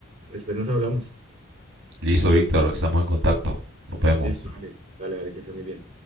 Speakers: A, on the right; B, on the right.
A: después nos hablamos.
B: Listo, Víctor, estamos en contacto. Nos vemos.
A: Listo, vale, dale, dale, que estés muy bien.